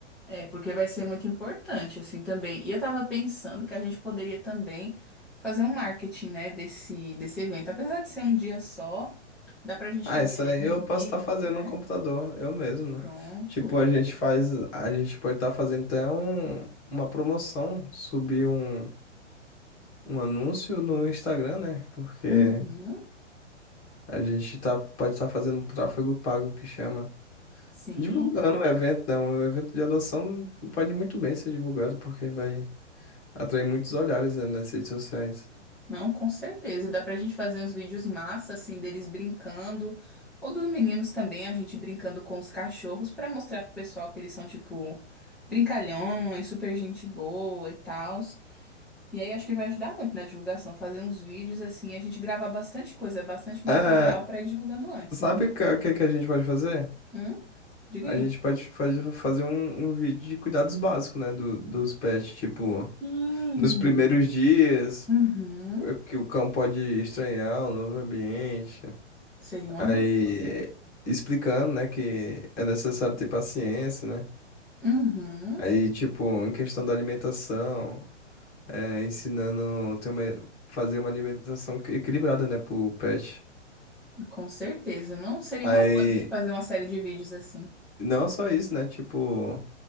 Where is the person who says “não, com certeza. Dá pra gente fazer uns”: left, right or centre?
Centre